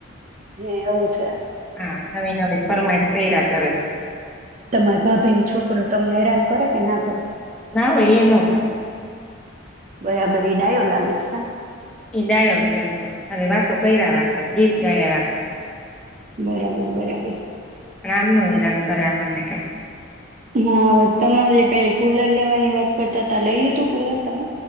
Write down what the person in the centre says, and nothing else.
હા નવી નવી ફરમાઈશ કર્યા કરે.
ના હો એ નો કરે.
ઈ ડાયો છે એમ તો ખાલી વાતો કર્યા રાખે ગીત ગાયા રાખે.
આમનો હેરાન કરે આપણને કઈ.